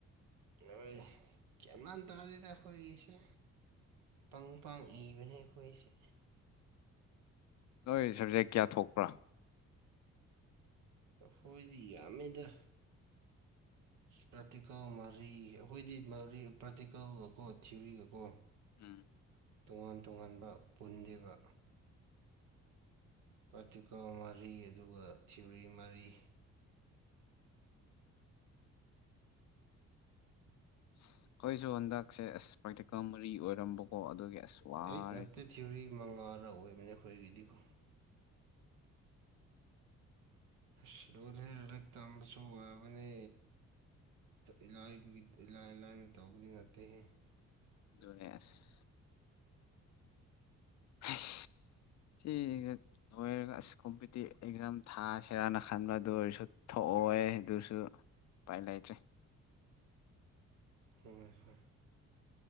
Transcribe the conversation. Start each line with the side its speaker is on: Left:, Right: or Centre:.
Right: ꯅꯣꯏ ꯒ꯭ꯌꯥꯟ ꯃꯦꯟ ꯇꯥꯗꯦꯗ ꯑꯩꯈꯣꯏꯖꯦ ꯄꯪ ꯄꯥꯡ ꯏꯕꯅꯦ ꯑꯩꯈꯣꯏꯁꯦ
Left: ꯅꯣꯏ ꯁꯕꯖꯦꯛ ꯀꯌꯥ ꯊꯣꯛꯄ꯭ꯔꯥ
Right: ꯑꯩꯈꯣꯏꯗꯤ ꯌꯥꯝꯃꯦꯗ ꯄ꯭ꯔꯥꯛꯇꯤꯀꯜ ꯃꯔꯤ ꯑꯩꯈꯣꯏꯗꯤ ꯃꯔꯤ ꯄ꯭ꯔꯥꯛꯇꯤꯀꯜꯒꯀꯣ ꯊꯤꯌꯔꯤꯒꯀꯣ
Left: ꯎꯝ
Right: ꯇꯣꯉꯥꯟ ꯇꯣꯉꯥꯟꯕ ꯄꯨꯟꯗꯦꯕ ꯄ꯭ꯔꯥꯛꯇꯤꯀꯜ ꯃꯔꯤ ꯑꯗꯨꯒ ꯊꯤꯑꯣꯔꯤ ꯃꯔꯤ
Left: ꯑꯁ ꯑꯩꯈꯣꯏꯁꯨ ꯍꯟꯗꯛꯁꯦ ꯑꯁ ꯄ꯭ꯔꯦꯇꯤꯀꯦꯜ ꯃꯔꯤ ꯑꯣꯏꯔꯝꯕꯀꯣ ꯑꯗꯨꯒꯤ ꯑꯁ ꯋꯥꯔꯦ
Right: ꯑꯩꯠ ꯅꯠꯇ ꯊꯤꯑꯣꯔꯤ ꯃꯉꯥꯔ ꯑꯣꯏꯕꯅꯦ ꯑꯩꯈꯣꯏꯒꯤꯗꯤꯀꯣ ꯑꯁ ꯂꯣ ꯍꯦ ꯂꯥꯏꯔꯤꯛ ꯇꯝꯕꯁꯨ ꯋꯥꯕꯅꯦ ꯏꯂꯥꯏꯒꯤ ꯏꯂꯥꯏ ꯂꯥꯏꯅ ꯇꯧꯕꯗꯤ ꯅꯠꯇꯦꯍꯦ
Left: ꯗꯨꯅꯦ ꯑꯁ <unintelligible> ꯂꯣꯏꯔꯒ ꯑꯁ ꯀꯣꯝꯄꯤꯇꯤꯚ ꯑꯦꯛꯖꯥꯝ ꯊꯥꯁꯤꯔꯥꯅ ꯈꯟꯕ ꯑꯗꯨ ꯑꯣꯏꯔꯁꯨ ꯊꯣꯛꯑꯣ ꯌꯦ ꯑꯗꯨꯁꯨ ꯎꯄꯥꯏ ꯂꯩꯇ꯭ꯔꯦ
Right: ꯍꯣꯏ ꯍꯣꯏ